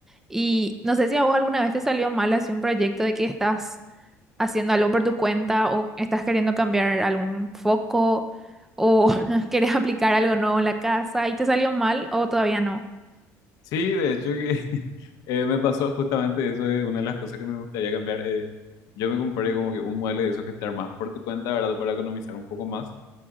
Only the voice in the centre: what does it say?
Y no sé si a vos alguna vez te salió mal así un proyecto de que estás haciendo algo por tu cuenta o estás queriendo cambiar algún foco o <laughs> quieres aplicar algo nuevo en la casa y te salió mal o todavía no.